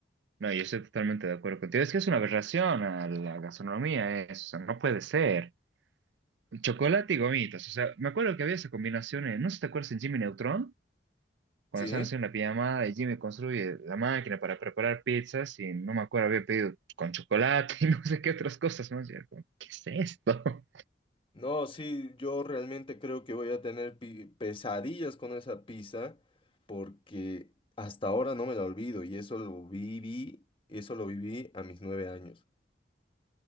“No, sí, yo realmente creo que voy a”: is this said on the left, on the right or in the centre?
Left